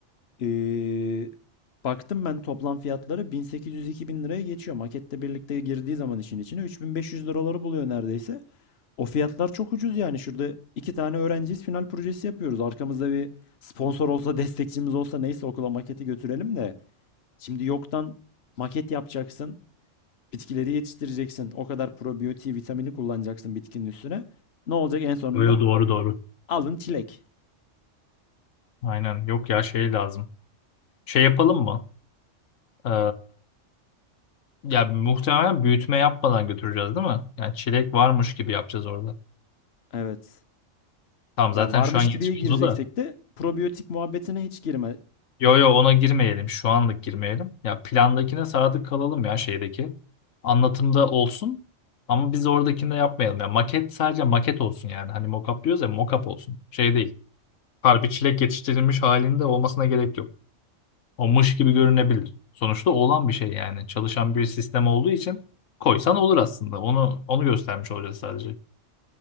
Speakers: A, on the left; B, on the left.
A: Ee, baktım ben toplam fiyatları 1800-2000 liraya geçiyor. Maketle birlikte girdiği zaman işin içine 3500 liraları buluyor neredeyse. O fiyatlar çok ucuz yani. Şurada iki tane öğrenciyiz final projesi yapıyoruz. Arkamızda bir sponsor olsa destekçimiz olsa neyse okula maketi götürelim de. Şimdi yoktan maket yapacaksın. Bitkileri yetiştireceksin. O kadar probiyotiği vitamini kullanacaksın bitkinin üstüne. Ne olacak en sonunda?
B: Yo, yo, doğru doğru.
A: Alın çilek.
B: Aynen yok ya şey lazım. Şey yapalım mı? Ee, ya muhtemelen büyütme yapmadan götüreceğiz değil mi? Yani çilek varmış gibi yapacağız orada.
A: Evet.
B: Tamam zaten
A: Ya varmış
B: şu an yetişmez
A: gibiye gireceksek
B: o da.
A: de probiyotik muhabbetine hiç girme.
B: Yo yo ona girmeyelim. Şu anlık girmeyelim. Ya plandakine sadık kalalım ya şeydeki. Anlatımda olsun. Ama biz oradakini de yapmayalım. Ya maket sadece maket olsun yani. Hani mock-up diyoruz ya mock-up olsun. Şey değil. Harbi çilek yetiştirilmiş halinde olmasına gerek yok. O mış gibi görünebilir. Sonuçta olan bir şey yani. Çalışan bir sistem olduğu için koysan olur aslında. Onu onu göstermiş olacağız sadece.